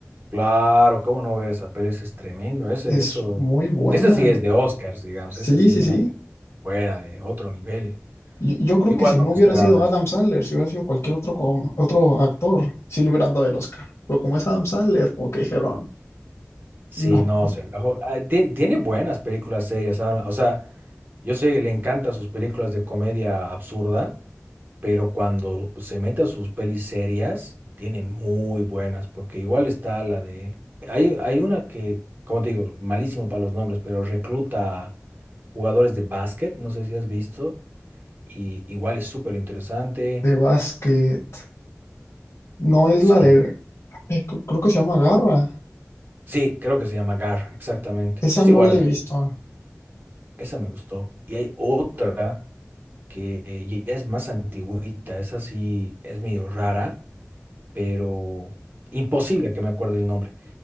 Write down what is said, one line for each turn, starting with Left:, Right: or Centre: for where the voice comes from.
Right: Claro, cómo no ver esa peli, eso es tremendo. Ese,
Left: Es
Right: eso,
Left: muy buena.
Right: esa sí es de Oscars, digamos.
Left: Sí,
Right: Esa sí
Left: sí,
Right: es una
Left: sí.
Right: peli buena, de otro nivel.
Left: Yo, yo creo
Right: Igual
Left: que si no
Right: no
Left: hubiera
Right: me esperaba
Left: sido Adam
Right: eso.
Left: Sandler, si hubiera sido cualquier otro, co- otro actor, sí le hubieran dado el Oscar. Pero como es Adam Sandler, como que dijeron,
Right: Sí,
Left: no,
Right: no, se rajó. Ah, ti- Tiene buenas películas serias, Adam. O sea, yo sé que le encantan sus películas de comedia absurda. pero cuando se mete a sus pelis serias, tiene muy buenas, porque igual está la de... Hay, hay una que, como te digo, malísimo para los nombres, pero recluta jugadores de básquet, no sé si has visto, y igual es súper interesante.
Left: de básquet. No es
Right: Sí,
Left: la de, eh, creo que se llama Garra.
Right: sí, creo que se llama GAR, exactamente.
Left: Esa
Right: Es
Left: no
Right: igual,
Left: la
Right: me-
Left: he visto.
Right: esa me gustó. Y hay otra que eh, ya es más antigüita, esa sí es medio rara, pero imposible que me acuerde el nombre.